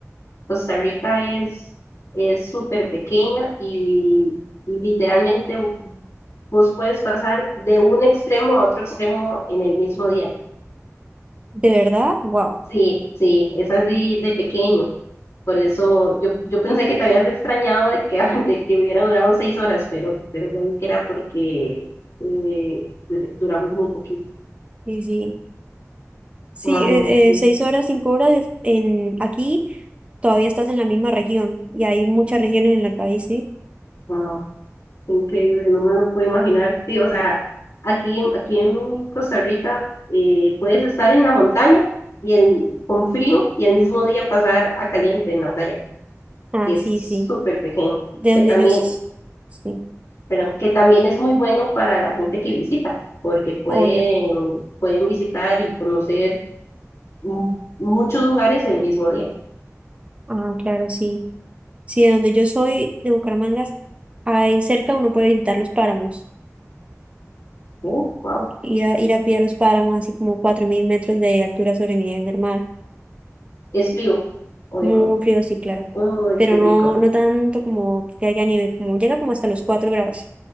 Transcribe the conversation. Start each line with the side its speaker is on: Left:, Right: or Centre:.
Left: Costa Rica es es súper pequeña y literalmente vos puedes pasar de un extremo a otro extremo en el mismo día.
Right: ¿De verdad? Wow.
Left: Sí, sí, es así de pequeño. Por eso yo, yo pensé que te habías extrañado de que, <laughs> de que hubiera durado seis horas, pero, pero ya vi que era porque eh, du- duramos muy poquito.
Right: Sí, sí. Sí,
Left: Wow,
Right: eh,
Left: sí,
Right: eh, seis horas, cinco horas es- en aquí todavía estás en la misma región y hay muchas regiones en el país, ¿sí?
Left: wow, increíble, no me lo puedo imaginar. Sí, o sea, aquí, aquí en Costa Rica eh, puedes estar en la montaña y el- con frío y al mismo día pasar a caliente en la playa.
Right: Ah,
Left: y Es
Right: sí, sí.
Left: súper pequeño.
Right: De
Left: Eh,
Right: donde
Left: también
Right: yo, s- sí,
Left: pero que también es muy bueno para la gente que visita, porque pueden,
Right: obvio.
Left: pueden visitar y conocer mu- muchos lugares el mismo día.
Right: Ah, claro, sí. Sí, de donde yo soy, de Bucaramanga, ahí cerca uno puede visitar los páramos,
Left: Uh, wow.
Right: ir a, ir a pie a los páramos, así como cuatro mil metros de altura sobre el nivel del mar.
Left: Es frío, obviamente.
Right: Muy frío, sí, claro.
Left: Uy,
Right: Pero
Left: qué
Right: no,
Left: rico.
Right: no tanto como que haya nieve, como llega como hasta los cuatro grados.